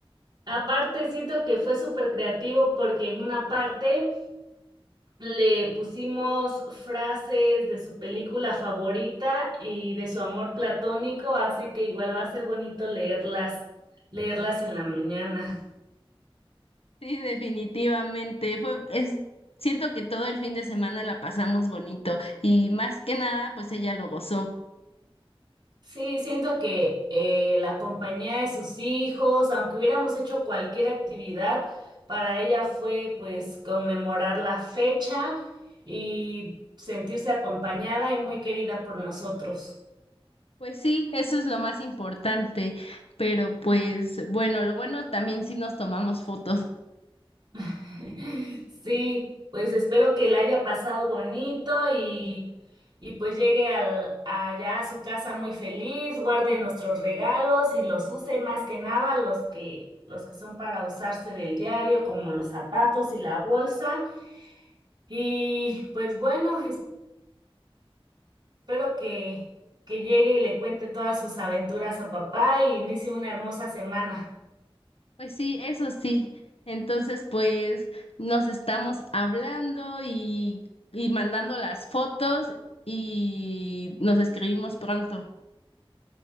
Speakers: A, on the right; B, on the left.
A: Aparte, siento que fue súper creativo porque en una parte le pusimos frases de su película favorita y de su amor platónico, así que igual va a ser bonito leerlas, leerlas en la mañana.
B: Sí, definitivamente. Fue, es, siento que todo el fin de semana la pasamos bonito y más que nada, pues ella lo gozó.
A: Sí, siento que eh, la compañía de sus hijos, aunque hubiéramos hecho cualquier actividad, para ella fue pues conmemorar la fecha y sentirse acompañada y muy querida por nosotros.
B: Pues sí, eso es lo más importante. Pero pues bueno, lo bueno también sí nos tomamos fotos.
A: <laughs> Sí, pues espero que la haya pasado bonito y, y pues llegue al, allá a su casa muy feliz, guarde nuestros regalos y los use más que nada los que, los que son para usarse del diario, como los zapatos y la bolsa. Y pues bueno, espero que, que llegue y le cuente todas sus aventuras a papá y inicie una hermosa semana.
B: Pues sí, eso sí. Entonces, pues nos estamos hablando y, y mandando las fotos y nos escribimos pronto.